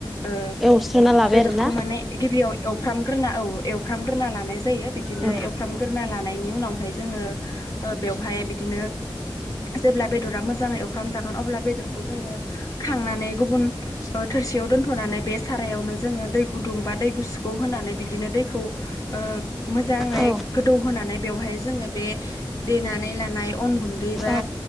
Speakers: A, on the left; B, in the centre.
A: ओ
B: एवस्रोना लाबाय
A: बेदर
B: आरोना
A: गिबियाव एवफ्रामग्रोना औ एवफ्रामग्रोना लानाय जायो बिदिनो
B: औ
A: एवफ्रामग्रोना लानायनि उनावहाय जोङो ओ बेवहाय बिदिनो जेब्ला बेदरा मोजाङै एवफ्राम जागोन अब्ला बेदरखौ जोङो खांनानै गुबुन ओ थोरसियाव दोनथ'नानै बे सारायावनो जोङो दै गुदुं बा दै गुसुखौ होनानै बिदिनो दैखौ ओ मोजाङै
B: औ
A: गोदौहोनानै बेवहाय जोङो बे देनानै लानाय अन गुन्दै बा
B: औ